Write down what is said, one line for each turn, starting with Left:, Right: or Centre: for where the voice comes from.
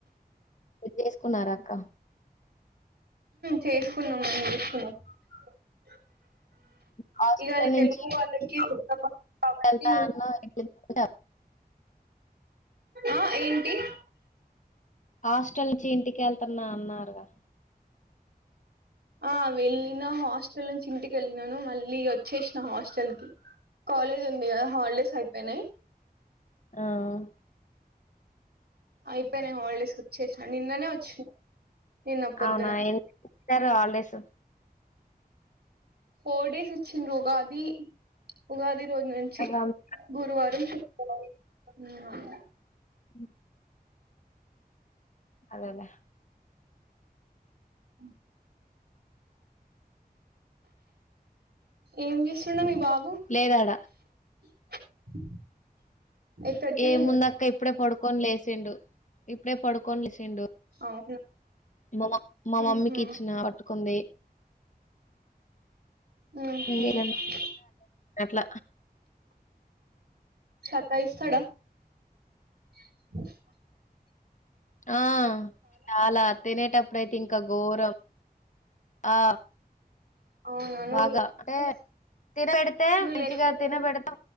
Left: చేసుకున్నార అక్క
Right: చేసుకున్నాం మేం చేసుకున్నాం <unintelligible>
Left: హాస్పిటల్
Right: ఇగ అది
Left: నుంచి
Right: తెలుగు వాళ్ళకి కొత్త పని కాబట్టి
Left: ఎంత అ <unintelligible> అద <unintelligible>
Right: ఆ ఏంటి
Left: హాస్టల్ నుంచి ఇంటికి వెళ్తున్నా అన్నారుగా
Right: ఆ వెళ్ళిన హాస్టల్ నుంచి ఇంటికి వెళ్ళినను మళ్ళీ వచ్చేసిన హాస్టల్ కి కాలేజ్ ఉంది కదా హాలిడేస్ అయిపోయినాయి
Left: హ్మ్
Right: అయిపోనీ హాల్డేస్ వచ్చేసిన నిన్ననే వచ్చిన నిన్న పొద్దున
Left: అవునా ఎందుకు ఇచ్చారు హాలిడేస్
Right: ఫోర్ డేస్ ఇచ్చిండ్రు ఉగాది ఉగాది రోజు నుంచి
Left: రం-
Right: గురువారం మ్ అవును
Left: అ అదేలేే
Right: అ ఏం చేస్తుండు మీ బాబు
Left: లేదాడా
Right: <inaudible> ఎక్కడికి వెళ్ళిండు
Left: ఏముందక్క ఇప్పుడే పడుకోని లేసిండు ఇప్పుడే పడుకోనిలేసిండు
Right: అవునా
Left: మా మా
Right: ఉహు
Left: మమ్మీకి ఇచ్చిన పట్టుకుంది
Right: మ్మ్ హు
Left: ఇంగ ఇలా
Right: సరే
Left: అట్లా
Right: సతయిస్తాడ <inaudible>
Left: ఆ చాలా తనేటప్ ప్పుడైతే ఇంకా ఘోరం ఆ
Right: అవునా నువ్వు
Left: బాగా
Right: లేకపోతే
Left: అంటే తినబెడితే
Right: నువ్వు
Left: మంచిగా
Right: లేకపోతే
Left: తినబెడతా